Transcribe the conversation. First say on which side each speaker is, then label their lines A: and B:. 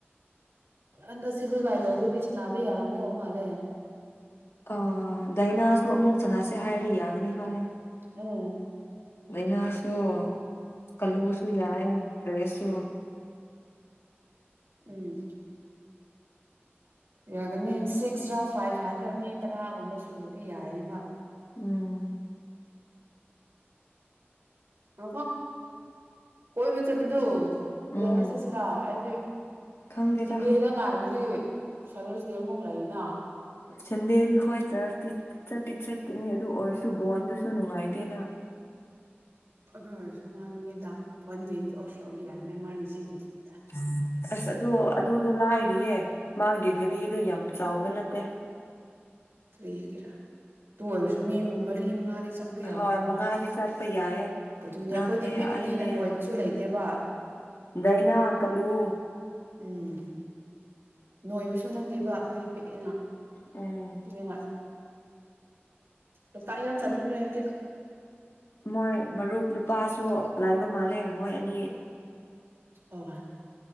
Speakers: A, on the right; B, on the left.
A: ꯍꯟꯗꯛꯁꯦ ꯑꯩꯈꯣꯏ ꯀꯥꯏꯂꯣꯗꯗꯤ ꯁꯥꯟꯅꯕ ꯌꯥꯔꯝꯗꯧ ꯃꯥꯜꯂꯦ
B: ꯑꯥ ꯗꯥꯏꯅꯥꯁꯨ ꯑꯃꯨꯛ ꯁꯅꯥꯁꯦ ꯍꯥꯏꯔꯤ ꯌꯥꯒꯅꯤ ꯈꯜꯂꯦ
A: ꯎꯝ
B: ꯗꯥꯏꯅꯥꯁꯨ ꯀꯜꯂꯨꯁꯨ ꯌꯥꯏ ꯗ꯭ꯔꯦꯁꯁꯨ
A: ꯎꯝ ꯌꯥꯒꯅꯤ ꯁꯤꯛꯁ꯭ꯔꯥ ꯐꯥꯏꯚ ꯐꯥꯏꯚ ꯔꯥ ꯃꯤ ꯇꯔꯥꯒꯨꯝꯕ ꯁꯨꯔꯗꯤ ꯌꯥꯏꯅ
B: ꯎꯝ
A: ꯉꯈꯣ ꯀꯣꯏꯕ ꯆꯠꯄꯗꯨ ꯀꯩꯗꯧꯉ
B: ꯎꯝ
A: ꯆꯠꯁꯤꯔꯥ ꯑꯩꯗꯤ
B: ꯈꯪꯗꯦꯗ
A: ꯁꯟꯗꯦꯗ ꯉꯥꯏꯔꯗꯤ ꯐꯗꯔ꯭ꯁ ꯗꯦ ꯑꯃꯨꯛ ꯂꯩꯅ
B: ꯁꯟꯗꯦꯗꯤ ꯍꯣꯏ ꯆꯔꯆꯇꯤ ꯆꯠꯇꯤ ꯆꯠꯀꯅꯤ ꯑꯗꯨ ꯑꯣꯏꯔꯁꯨ ꯕꯣꯟꯗꯨꯁꯨ ꯅꯨꯡꯉꯥꯏꯇꯦꯅ
A: ꯑꯗꯨ ꯑꯣꯏꯔꯁꯨ ꯃꯥ ꯅꯨꯃꯤꯠꯗꯥꯡ ꯃꯟꯗꯦꯗꯤ ꯑꯣꯐ ꯂꯧꯕ ꯌꯥꯏꯅꯦ <unintelligible>
B: <inaudible> ꯑꯁ ꯑꯗꯨ ꯑꯗꯨꯗꯣ ꯂꯥꯏꯔꯤꯌꯦ ꯃꯥꯒꯤ ꯒꯥꯔꯤꯗꯣ ꯌꯥꯝ ꯆꯥꯎꯕ ꯅꯠꯇꯦ
A: ꯀꯔꯤꯒꯤꯔ ꯑꯗꯨ ꯑꯣꯏꯔꯁꯨ ꯃꯤ ꯃꯔꯤ ꯃꯉꯥꯗꯤ ꯆꯪꯕ ꯌꯥꯗ꯭ꯔꯣ
B: ꯍꯣꯏ ꯃꯉꯥꯗꯤ ꯆꯠꯄ ꯌꯥꯏꯌꯦ
A: ꯑꯗꯨꯅꯦ ꯑꯩꯈꯣꯏꯗꯤ
B: ꯅꯪꯅꯦ
A: ꯄꯤꯛꯄꯅꯤꯅ
B: ꯑꯩꯅꯦ
A: ꯅꯣꯏꯕꯁꯨ ꯂꯩꯇꯦꯕ
B: ꯗꯥꯏꯅꯥ ꯀꯥꯜꯂꯨ
A: ꯎꯝ ꯅꯣꯏꯕꯁꯨ ꯅꯠꯇꯦꯕ ꯑꯩꯈꯣꯏꯗꯤ ꯄꯤꯛꯑꯦꯅ
B: ꯎꯝ
A: ꯑꯗꯨꯅ ꯂꯣꯛꯇꯥꯛ ꯌꯥꯝ ꯆꯥꯅꯤꯡꯈ꯭ꯔꯦ ꯍꯥꯏꯗꯤ
B: ꯃꯣꯏ ꯃꯔꯨꯞ ꯅꯨꯄꯥꯁꯨ ꯂꯩꯕ ꯃꯜꯂꯦ ꯃꯣꯏ ꯑꯅꯤ
A: ꯑꯣꯃꯥ